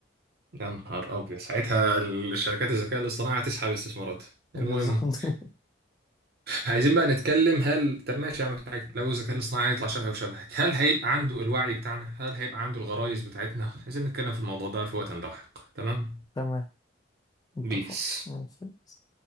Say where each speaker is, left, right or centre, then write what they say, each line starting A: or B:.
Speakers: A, on the right (about 50°); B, on the left (about 20°).
A: يا نهار أبيض ساعتها الشركات الذكاء الاصطناعي هتسحب استثماراتها
B: بالظبط
A: المهم
B: <laughs>
A: عايزين بقى نتكلم هل طب ماشي أعمل حاجة لو الذكاء الاصطناعي هيطلع شبهي وشبهك هل هيبقى عنده الوعي بتاعنا هل هيبقى عنده الغرائز بتاعتنا عايزين نتكلم في الموضوع ده في وقت لاحق تمام
B: تمام اتفق
A: بيس
B: ماشي